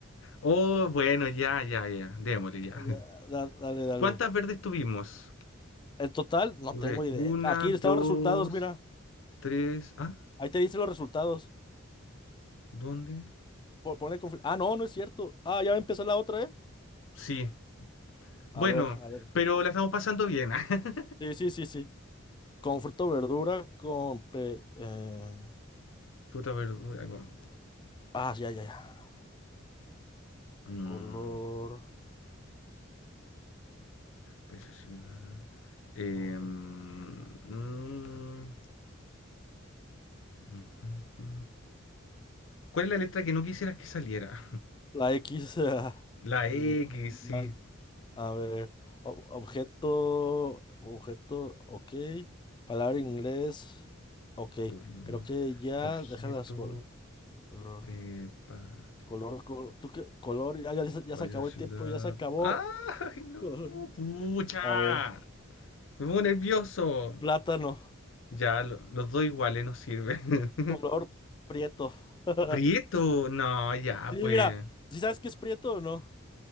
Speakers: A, on the left; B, on the left.
A: Oh, bueno, ya, ya, ya. Démosle, ya.
B: Ah, Ya, da- Dale, dale.
A: ¿Cuántas verdes tuvimos?
B: En total, no
A: Tuve
B: tengo idea.
A: una,
B: Aquí
A: dos,
B: están los resultados, mira.
A: tres. ¿Ah?
B: Ahí te dicen los resultados.
A: ¿Dónde?
B: Po- Ponle confi- Ah, no, no es cierto. Ah, ya va a empezar la otra, ¿eh?
A: Sí.
B: A
A: Bueno,
B: ver, a ver.
A: pero la estamos pasando bien. <laughs>
B: Sí, sí, sí, sí. Con fruta o verdura, con... pe- eh,
A: Fruta, verdura, con...
B: Ah, ya, ya, ya.
A: Mm,
B: Color,
A: país o ciudad. Em,
B: nombre.
A: mm, Ujú. ¿Cuál es la letra que no quisieras que saliera?
B: La X, <laughs> ah,
A: La
B: animal.
A: X, sí.
B: A ver. ob- objeto, objeto, ok. Palabra en inglés, ok.
A: Colmo,
B: Creo que ya,
A: objeto,
B: déjalas col- color.
A: eh, pa-
B: Color, col- ¿tú qué? Color, ya, ya, se- ya
A: país
B: se acabó
A: o ciudad.
B: el tiempo, ya se acabó.
A: ¡Ay, no!
B: <laughs>
A: ¡Pucha!
B: A ver.
A: Me pongo nervioso.
B: Plátano,
A: Ya, lo- los dos iguales no sirve. <laughs>
B: color prieto. <laughs>
A: Prieto, no, ya,
B: Sí,
A: pues.
B: mira, ¿sí sabes qué es prieto o no?